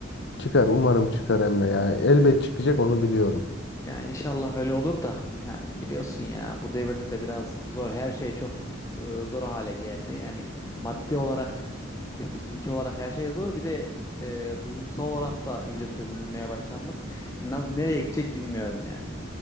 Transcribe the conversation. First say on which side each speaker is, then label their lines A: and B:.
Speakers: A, on the left (about 60°); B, on the left (about 15°).
A: Çıkar umarım çıkar Emre. Yani elbet çıkacak onu biliyorum.
B: Yani inşallah öyle olur da yani biliyorsun ya bu devirde de biraz zor her şey çok e, zor hale geldi. Yani maddi olarak, e, fiziki olarak her şey zor. Bir de e, duygusal olarak da iyice sömürülmeye başlandık. Nasıl nereye gidecek bilmiyorum yani.